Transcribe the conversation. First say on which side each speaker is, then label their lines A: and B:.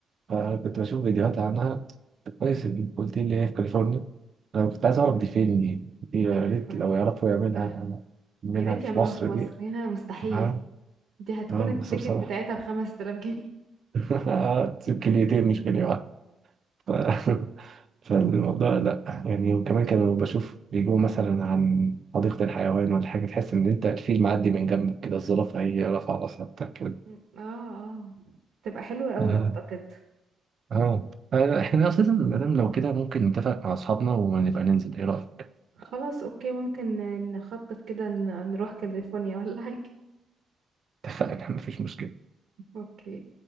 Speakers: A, on the right; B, on the right.
A: فكنت بشوف فيديوهات عنها كويس إن قلت لي هي في كاليفورنيا انا كنت عايز اعرف دي فين دي دي يا
B: كاليفورنيا
A: ريت لو يعرفوا يعملها
B: تحفة.
A: منها
B: يا ريت
A: في
B: يعملوها
A: مصر
B: في مصر
A: دي
B: هنا مستحيل
A: اه
B: دي هتكون
A: اه
B: التيكت
A: بس بصراحة
B: بتاعتها بخمس تلاف جنيه
A: <laughs> كليتين مش كلية واحدة ف- <laughs> فالموضوع لا يعني وكمان كانوا بشوف بيجوا مثلا عن حديقة الحيوان ولا حاجة تحس ان انت الفيل معدي من جنبك كده الزرافة هي رافعة راسها بتاع كده
B: مم. اه اه تبقى حلوة قوي
A: اه
B: اعتقد
A: اه آه، احنا اساسا مادام لو كده ممكن نتفق مع اصحابنا ونبقى ننزل ايه رأيك؟
B: خلاص اوكي ممكن نخطط كده ن- نروح كاليفورنيا ولا حاجة
A: اتفقنا مفيش مشكلة
B: اوكي